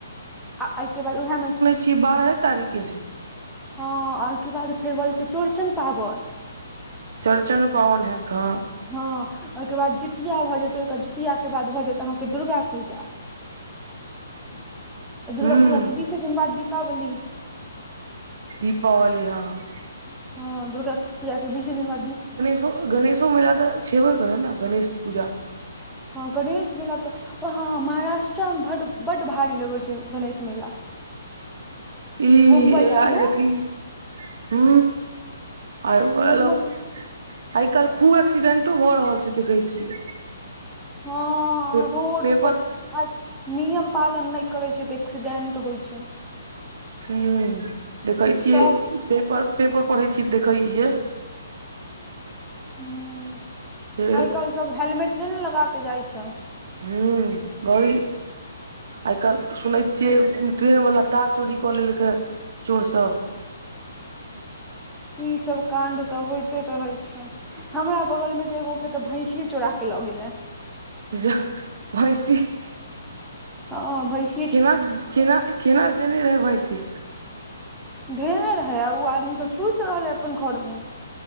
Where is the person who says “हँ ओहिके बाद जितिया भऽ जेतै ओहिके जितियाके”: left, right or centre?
Centre